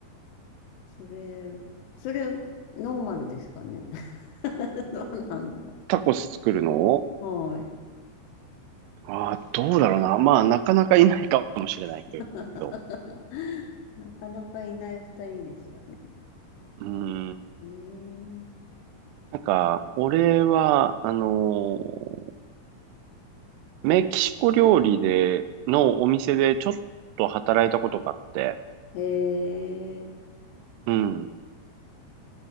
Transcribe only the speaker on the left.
それ、それ、ノーマルですかね。<laughs> どうなんだろ
う。はい。
<laughs> なかなかいない二人でしたね。
ね
え。へえ。